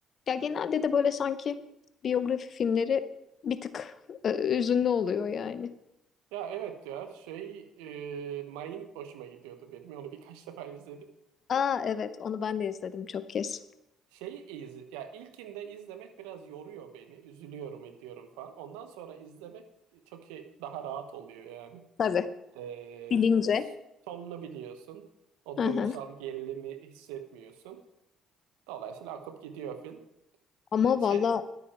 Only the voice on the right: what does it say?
ya evet ya şey e, Mayim hoşuma gidiyordu benim. Onu birkaç <laughs> defa izledim.
Şeyi iz ya ilkinde izlemek biraz yoruyor beni. Üzülüyorum ediyorum falan. Ondan sonra izlemek çok şey daha rahat oluyor yani.
Ee,
sonunu biliyorsun. O
duygusal gerilimi hissetmiyorsun. Dolayısıyla akıp gidiyor film.
Ee, şey